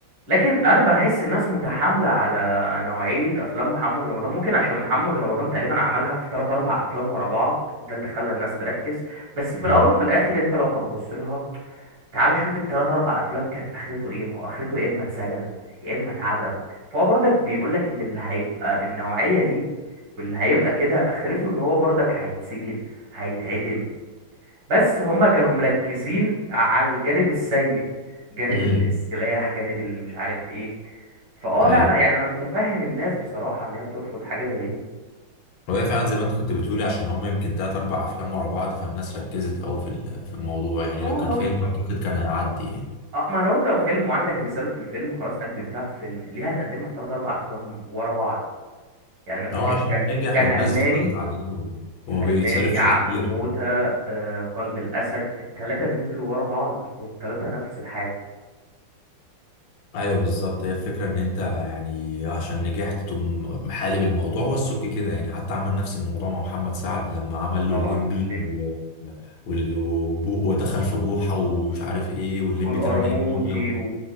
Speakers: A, on the right; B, on the left.
A: لكن انا بحس الناس متحامله على نوعيه افلام محمد رمضان ممكن عشان محمد رمضان تقريبا عملها في 3 4 افلام ورا بعض ده اللي خلى الناس تركز بس في
B: ممكن
A: الاول وفي الاخر انت لو هتبص لها تعال شوف التلات اربع افلام كانت اخرته ايه ما هو اخرته يا اما اتسجن يا اما اتعدم فهو برضك بيقولك ان اللي هيبقى النوعيه دي واللي هيبقى كده اخرته ان هو برضك هيتسجن هيتعدم بس هما كانوا مركزين على الجانب السيء جانب
B: امم
A: ال- السلاح جانب مش عارف ايه فاه
B: ايوه
A: لا انا يعني انا متفهم الناس بصراحة ان هي ترفض حاجة زي دي
B: وده فعلا زي ما انت كنت بتقولي عشان هم يمكن تلات أربع أفلام ورا بعض فالناس ركزت أوي في ال- في الموضوع يعني
A: اه
B: لو كان
A: لو
B: فيلم
A: انت
B: أعتقد كان هيعدي يعني
A: اه ما لو انت فيلم وعندك رسالة في الفيلم خلاص قدمتها في فيلم ليه هتقدمها في ثلاث اربع افلام ورا بعض يعني انا فاكر
B: إن هو عشان
A: كان
B: نجح
A: كان
B: والناس
A: الماني
B: اتفرجت عليه و... وما
A: الالماني
B: بيتصرفش
A: عبده
B: كتير
A: موتة آه قلب الاسد الثلاثة نزلوا ورا بعض والثلاثة نفس الحاجة
B: أيوه بالظبط هي الفكرة إن أنت يعني عشان نجحت تقوم محالب الموضوع والسك كده يعني حتى عمل نفس الموضوع مع محمد سعد لما عمل
A: طبعا
B: له الليمبي
A: الليمبي
B: و... وال- وبو- ودخل في بوحة ومش عارف إيه والليمبي
A: والقرموطي
B: 8 جيجا